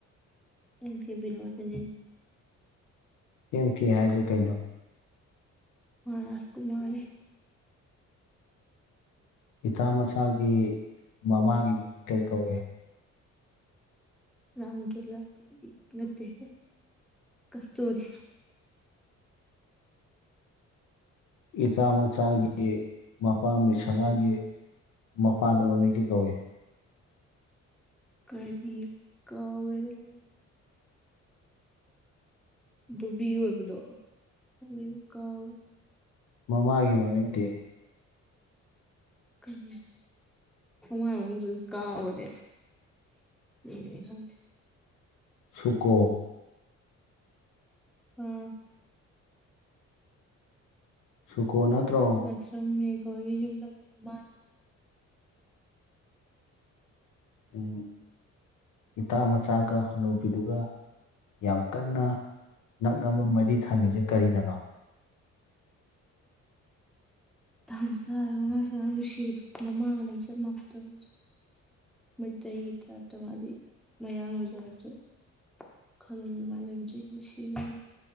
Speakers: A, in the centre; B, on the left.
A: ꯑꯦꯝ ꯀꯦꯕꯤꯅꯣꯗꯤꯅꯤꯅ꯫
B: ꯏꯦꯝ ꯀꯦ ꯍꯥꯏꯖꯦ ꯀꯩꯅꯣ?
A: ꯃꯥꯔꯥꯁ ꯀꯨꯃꯥꯔꯤ꯫
B: ꯏꯇꯥ ꯃꯁꯥꯒꯤ ꯃꯃꯥꯒꯤ ꯃꯃꯤꯡ ꯀꯔꯤ ꯀꯧꯏ?
A: ꯔꯝꯗꯨꯨꯂꯥ ꯅꯠꯇꯦ ꯍꯦ ꯀꯁꯇꯨꯔꯤ꯫
B: ꯏꯇꯥ ꯃꯆꯥꯒꯤ ꯃꯄꯥ ꯃꯤꯁꯂꯥꯟꯒꯤ ꯃꯄꯥꯗꯣ ꯃꯃꯤꯡ ꯀꯩ ꯀꯧꯏ꯫
A: ꯀꯔꯤ ꯀꯥꯎꯔꯦꯗ꯫ ꯗꯨꯕꯤ ꯑꯣꯏꯕꯗꯣ ꯈꯪꯗꯦ ꯀꯥꯎꯋꯦ꯫
B: ꯃꯃꯥꯒꯤ ꯃꯃꯤꯡꯗꯤ
A: ꯀꯔꯤ ꯃꯃꯥꯏ ꯃꯃꯤꯡꯗꯨꯁꯨ ꯀꯥꯎꯒꯔꯦ꯫ ꯎ ꯑꯦ ꯑꯩ ꯈꯪꯗꯦ꯫
B: ꯁꯨꯀꯣ
A: ꯎꯝ
B: ꯁꯨꯀꯣ ꯅꯠꯇ꯭ꯔꯣ
A: ꯂꯥꯏꯁ꯭ꯔꯝ ꯃꯦꯘ ꯍꯣꯏ ꯌꯨꯝꯗ ꯂꯩꯕ ꯃꯥꯜ
B: ꯎꯝ ꯏꯇꯥ ꯃꯆꯥꯒ ꯍꯅꯨꯕꯤꯗꯨꯒ ꯌꯥꯝ ꯀꯟꯅ ꯅꯛꯅꯕ ꯃꯔꯤ ꯊꯝꯃꯤꯁꯦ ꯀꯔꯤꯅꯅꯣ
A: ꯇꯥꯃꫭꯆꯥꯗꯤ ꯋꯥꯉꯥꯡ ꯑꯉꯥꯡ ꯅꯨꯡꯁꯤꯕꯗꯣ ꯃꯃꯥꯒ ꯂꯝꯆꯠ ꯃꯥꯟꯅꯗꯕꯗꯣ ꯃꯤꯇꯩ ꯒꯤ ꯇꯥꯏꯄꯦ ꯇꯥ ꯃꯥꯗꯤ ꯃꯌꯥꯡ ꯑꯣꯖꯔꯁꯨ <unintelligible> ꯅꯨꯡꯁꯤꯕ